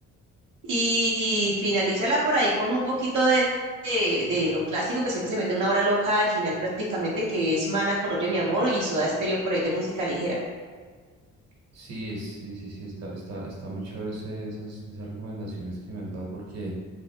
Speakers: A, on the right; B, on the right.
A: Y, y finalízala por ahí con un poquito de, de, de lo clásico que siempre se mete una hora loca al final prácticamente, que es Mana con Oye mi amor y Soda Stereo por ahí de música ligera.
B: Sí, es, sí, sí, sí, está, está, está muy chévere ese- esas, esas recomendaciones que me has dado porque